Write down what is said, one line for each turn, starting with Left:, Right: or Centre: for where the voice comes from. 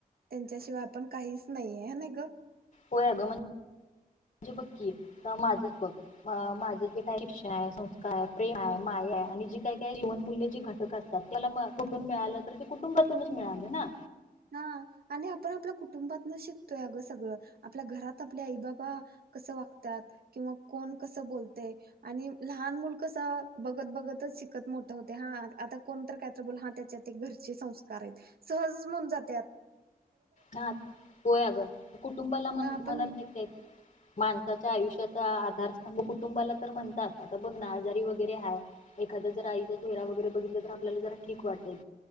Right: त्यांच्याशिवाय आपण काहीच नाहीये, हाय ना ग!
Left: व्हय अग म्हण म्हणजे बघ की, आता माझच बघ, माझं जे काय शिक्षण हाय, संस्कार हाय, प्रेम हाय, माया हाय आणि जी काय काय जीवनमूल्य जी घटक असतात. त्याला म कुठून मिळालं तर, ते कुटुंबातूनच मिळालं ना.
Right: हा आणि आपण आपल्या कुटुंबातन शिकतोय अगं सगळ. आपल्या घरात आपल्या आई बाबा कसं वागत्यात किंवा कोण कसं बोलतय आणि लहान मुल कस? बघत बघतच शिकत मोठ होतय. हा आता कोणतर, कायतर बोलल? हा त्याच्या ते घरचे संस्कार आहेत. सहजच म्हणून जात त्यात
Left: हा. होय अग कुटुंबाला म्हण
Right: मग आपण
Left: म्हणत नाहीत काय? माणसाच्या आयुष्याचा आधार म कुटुंबाला तर म्हणतात. आता बघ ना, आजारी वगैरे हाय, एखादा जर आईचा चेहरा वगैरे बघितलं तर, आपल्याला जरा ठीक वाटेल.